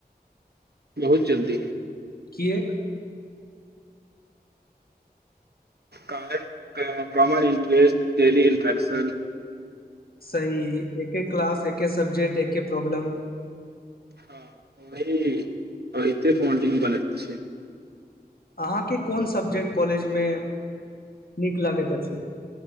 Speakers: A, on the right; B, on the left.
A: बहुत जल्दी
B: कीएक
A: कार कामन इन्ट्रे डली इन्ट्रकशन
B: सही एके क्लास एके सबब्जेकट एके प्रॉब्लम
A: हँ ओहि ओहि त बन्डिंग बन छै
B: अहाँके कोन सब्जेक्ट कॉलेजमे नीक लागैत छै